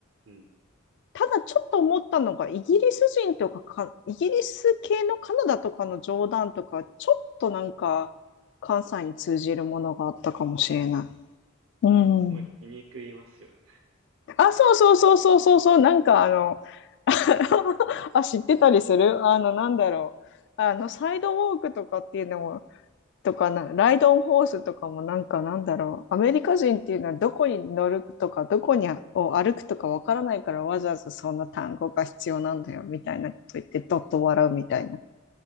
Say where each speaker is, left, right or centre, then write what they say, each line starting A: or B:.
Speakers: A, on the right (about 65°); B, on the left (about 55°).
A: うん、
B: ただちょっと思ったのが、イギリス人とかか、イギリス系のカナダとかの冗談とか、ちょっとなんか、関西に通じるものがあったかもしれない。
A: なんかすごい気に食いますよね。
B: うん。あ、そうそうそうそうそうそう、なんかあの、<laughs> あ、知ってたりするあの、なんだろう。あの、サイドウォークとかっていうのも、とかな、ライドオンホースとかもなんかなんだろう。アメリカ人っていうのはどこに乗るとか、どこにあを歩くとかわからないからわざわざそんな単語が必要なんだよみたいなこと言ってどっと笑うみたいな。